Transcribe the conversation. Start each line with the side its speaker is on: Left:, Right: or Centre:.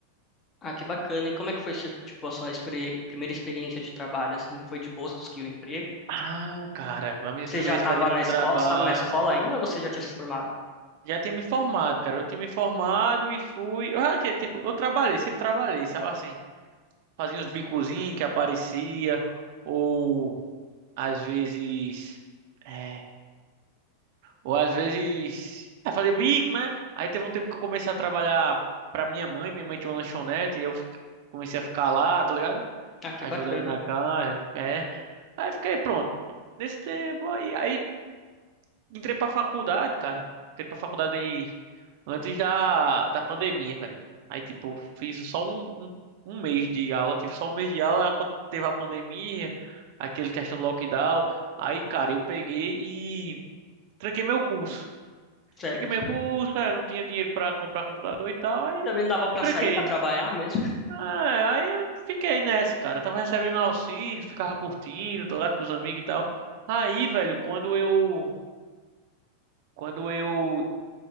Left: Ah, que bacana. E como é que foi, tipo, a sua experi- primeira experiência de trabalho, assim? Foi de boas, conseguiu o emprego?
Right: Ah, cara, a minha
Left: Você
Right: primeira
Left: já estava
Right: experiência
Left: na
Right: de
Left: escola,
Right: trabalho.
Left: estava na escola ainda ou você já tinha se formado?
Right: Já tinha me formado, cara. Eu tinha me formado e fui. Eu, já que, tipo, eu trabalhei, sempre trabalhei, sabe assim? Fazia uns bicozinhos que aparecia, ou às vezes. É, ou às vezes. É, fazia bico, né? Aí teve um tempo que eu comecei a trabalhar pra minha mãe. Minha mãe tinha uma lanchonete e eu fi- comecei a ficar lá, tá ligado?
Left: Ah, que
Right: Ajudando
Left: bacana.
Right: na casa. É. Aí fiquei pronto. Nesse tempo aí. Aí entrei pra faculdade, cara. Entrei pra faculdade antes da, da pandemia, velho. Aí, tipo, fiz só um, um, um mês de aula. Tive só um mês de aula quando teve a pandemia, aquele questão do lockdown. Aí, cara, eu peguei e tranquei meu curso.
Left: Certo.
Right: Tranquei meu curso, é, não tinha dinheiro pra comprar computador e tal, aí
Left: E também dava para
Right: tranquei.
Left: sair para trabalhar mesmo?
Right: Ah, aí eu fiquei nessa, cara. Tava recebendo auxílio, ficava curtindo, tô lá com os amigos e tal. Aí, velho, quando eu, quando eu